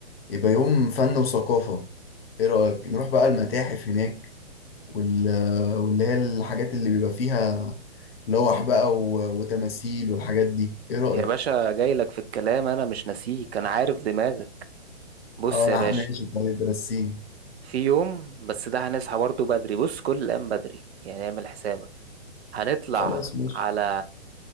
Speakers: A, on the left; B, on the right.
A: يبقى يوم فن وثقافة ايه رأيك نروح بقى المتاحف هناك وال... واللي هي الحاجات اللي بيبقى فيها لوح بقى و... وتماثيل والحاجات دي ايه رأيك
B: يا باشا جاي لك في الكلام انا مش ناسيك انا عارف دماغك بص
A: اه انا
B: يا باشا
A: ماشي طيب رسيني
B: في يوم بس ده هنصحى برضه بدري بص كل الأيام بدري يعني اعمل حسابك هنطلع
A: خلاص ماشي
B: على